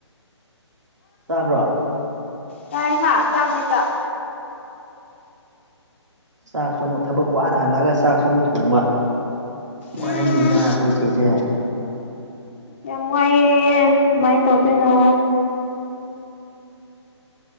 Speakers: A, on the right; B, on the left.
A: ꯆꯥꯠ꯭ꯔꯣ
B: ꯇꯥꯏ ꯍꯥ ꯆꯥꯛꯅꯤ ꯆꯥꯛ
A: ꯆꯥꯛꯁꯨ ꯑꯃꯨꯛ ꯊꯕꯛ ꯋꯥꯅ ꯍꯜꯂꯛꯑꯒ ꯆꯥꯛꯁꯨ ꯑꯃꯨꯛ ꯊꯣꯡꯕ
B: ꯎꯝ
A: ꯋꯥꯔꯦꯝꯅꯤꯗ ꯑꯩꯈꯣꯏ ꯆꯦꯠꯁꯦ
B: ꯌꯥꯝ ꯋꯥꯏꯑꯦ ꯀꯃꯥꯏꯅ ꯇꯧꯗꯣꯏꯅꯣ